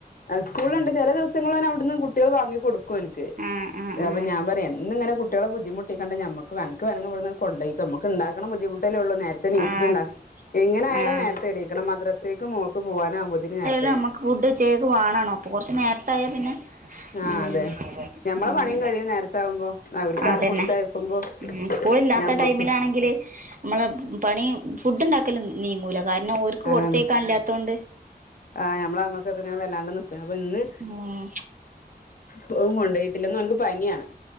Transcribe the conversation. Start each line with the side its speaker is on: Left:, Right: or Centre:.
Left: ആഹ് സ്കൂളുണ്ട് ചില ദിവസങ്ങലോന് അവിടുന്ന് കുട്ടികൾ വാങ്ങിക്കടുക്കും ഓന്ക്ക്
Right: ആഹ് ആഹ് ആഹ്
Left: അപ്പോ ഞാൻ എന്നും ഇങ്ങനെ കുട്ടികളെ ബുദ്ധിമുട്ടിക്കണ്ട നമക്ക് അനക്ക് വേണെങ്കിൽ ഇവിടുന്ന് കൊണ്ടയ്ക്കോ നമുക്ക് ഉണ്ട ബുദ്ധിമുട്ടല്ലേ ഉള്ളൂ നേരത്തെ നീച്ചിട്ടുണ്ടാ
Right: ആഹ്
Left: എങ്ങന ആായാലോ
Right: ആഹ്
Left: നേരത്തെ നീക്കണം മദ്ര അത്തേക്ക് മോക്ക് പോകാനാവുമ്പോത്തിന്
Right: നമ്മക്ക് ഫുഡ്ച്ചക്ക് വാണണോ അപ്പൊ കുറച്ച നേരത്തായ പിന്നെ
Left: ആഹ്
Right: ഉം
Left: അതെ ഞമ്മളെ
Right: ഉം
Left: പണിയും കഴിയും നേരത്തെ ആകുമ്പോ അവർക്കാണ്
Right: അതന്നെ
Left: കൊടുത്തയക്കുമ്പോ
Right: ഉം സ്കൂളില്ലാത്ത
Left: ഞമ്മക്ക്
Right: ടൈമിലാണെങ്കില് നമ്മളെ പണി ഫുഡ് ഉണ്ടാക്കലോ നീങ്ങൂല കാരണം അവര്ക്ക്
Left: അതാണ്
Right: കൊടുത്തേക്കാണല്ലാത്ത കൊണ്ട്-
Left: ആഹ് ഞമ്മള അമ്മക്കൊക്കെ ഇങ്ങനെ വല്ലാണ്ട് നിക്ബോ അപ്പൊ ഇന്ന്
Right: ഉം
Left: പോം കൊണ്ടു പോയി പിന്നെ ഓന്ക്ക് പനിയാണ്